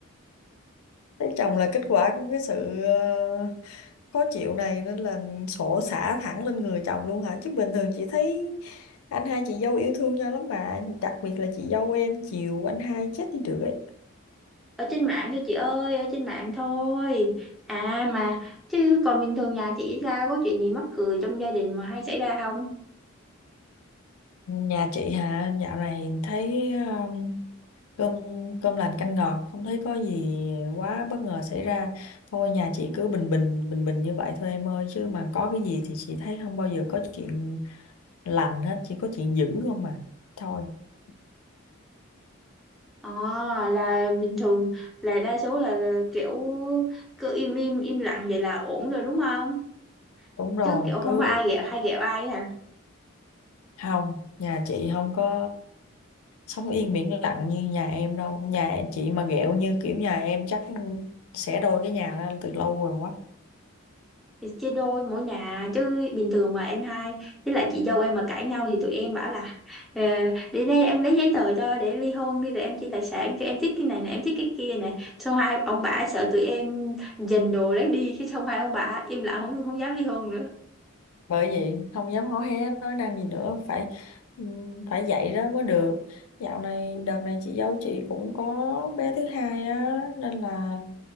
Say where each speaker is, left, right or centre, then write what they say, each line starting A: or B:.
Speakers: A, on the left; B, in the centre.
A: lấy chồng là kết quả của cái sự ờ, khó chịu này nên là sổ xả thẳng lên người chồng luôn hả chứ bình thường chị thấy anh hai chị dâu yêu thương nhau lắm mà đặc biệt là chị dâu em chiều anh hai chết đi được đấy
B: ở trên mạng thôi chị ơi ở trên mạng thôi à mà chứ còn bình thường nhà chị sao có chuyện gì mắc cười trong gia đình mà hay xảy ra không
A: nhà chị hả dạo này thấy um, cơm cơm lành canh ngọt không thấy có gì quá bất ngờ xảy ra thôi nhà chị cứ bình bình bình bình như vậy thôi em ơi chứ mà có cái gì thì chị thấy không bao giờ có chuyện lành hết chỉ có chuyện dữ không mà thôi dạ.
B: à là bình thường là đa số là, là kiểu cứ im im im lặng vậy là ổn rồi đúng không
A: Đúng rồi,
B: chứ kiểu không
A: cứ
B: có ai ghẹo hay ghẹo ai hả
A: không, nhà chị không có sống yên biển lặng như nhà em đâu. Nhà chị mà ghẹo như kiểu nhà em chắc xẻ đôi cái nhà ra từ lâu rồi quá.
B: thì chia đôi mỗi nhà chứ bình thường mà anh hai với lại chị dâu em mà cãi nhau thì tụi em bảo là "Ờ, để đây em lấy giấy tờ cho để ly hôn đi rồi em chia tài sản cho em thích cái này này em thích cái kia này xong hai ông bà sợ tụi em giành đồ lấy đi cái xong hai ông bà im lặng không không dám ly hôn nữa
A: Bởi vậy không dám hó hé nói năng gì nữa, phải phải dạy đó mới được. Dạo này đợt này chị dâu chị cũng có bé thứ hai á nên là